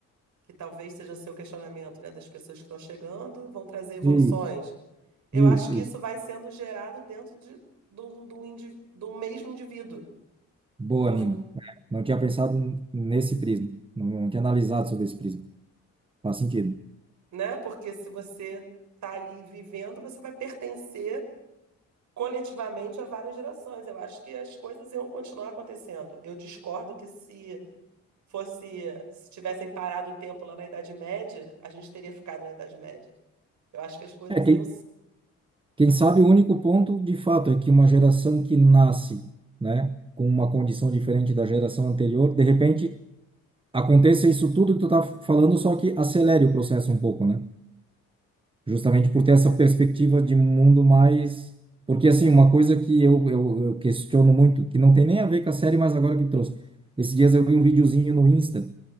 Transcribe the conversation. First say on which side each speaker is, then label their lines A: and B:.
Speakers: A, on the right; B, on the right.
A: que talvez seja o seu questionamento, né, das pessoas que estão chegando, vão trazer evoluções
B: Isso,
A: eu
B: isso,
A: acho que
B: isso.
A: isso vai sendo gerado dentro de, do, do, indi- do mesmo indivíduo,
B: Boa,
A: Por-
B: Nina. É, Não tinha pensado nesse prisma. Não, não tinha analisado sobre esse prisma. Faz sentido.
A: né? Porque se você está ali vivendo, você vai pertencer coletivamente a várias gerações. Eu acho que as coisas iam continuar acontecendo. Eu discordo que se fosse, se tivessem parado o tempo lá na Idade Média, a gente teria ficado na Idade Média. Eu acho que as coisas
B: É, quem,
A: iam.
B: quem sabe o único ponto, de fato, é que uma geração que nasce, né, com uma condição diferente da geração anterior, de repente aconteça isso tudo que tu tá falando, só que acelere o processo um pouco, né? Justamente por ter essa perspectiva de mundo mais. Porque, assim, uma coisa que eu, eu, eu questiono muito, que não tem nem a ver com a série, mas agora que trouxe. Esses dias eu vi um videozinho no Insta